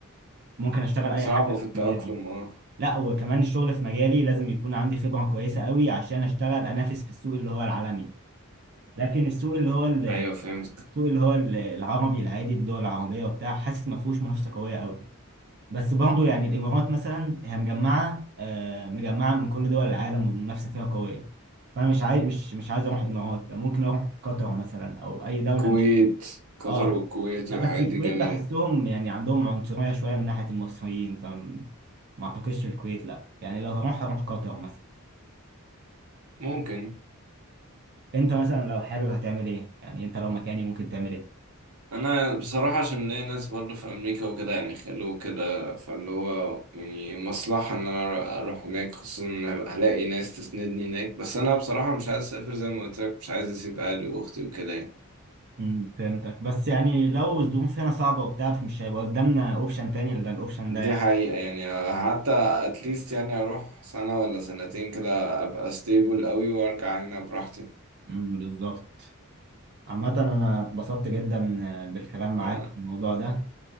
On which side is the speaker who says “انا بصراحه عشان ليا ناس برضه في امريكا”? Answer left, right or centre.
Right